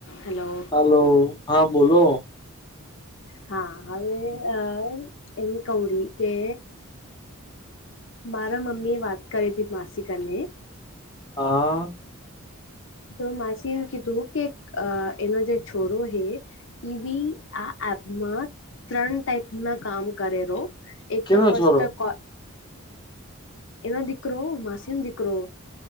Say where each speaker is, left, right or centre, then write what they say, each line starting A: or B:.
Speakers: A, on the left; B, on the left.
A: હાલો.
B: Hello હા બોલો.
A: હા હવે અ એમને કવરી કે. મારા મમી વાત કરી દે માસી કરને
B: હા.
A: તો માસી એવું કીધું કે અ એનો જે છોરો હે ટીવી આ એપમાં ત્રણ ટાઈપના કામ કરેરો એક
B: કેનો
A: તો ફસ્ટ
B: છોરો
A: કો. એના દીકરો માસીનો દીકરો.